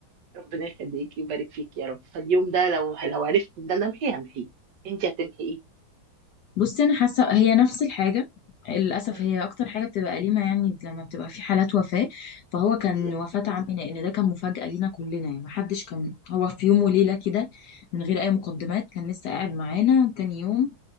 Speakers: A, on the right; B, on the left.
A: ربنا يخليك يبارك فيك يا رب فاليوم ده لو لو عرفت ان انا امحيه همحيه انت هتمحي ايه
B: بصي انا حاسه هي نفس الحاجه للاسف
A: مم.
B: هي اكتر حاجه بتبقى أليمة يعني لما بتبقى في حالات وفاه فهو كان
A: بالظبط
B: وفاه عمي لان ده كان مفاجاه لينا كلنا يعني محدش كان هو في يوم وليله كده من غير اي مقدمات كان لسه قاعد معانا تاني يوم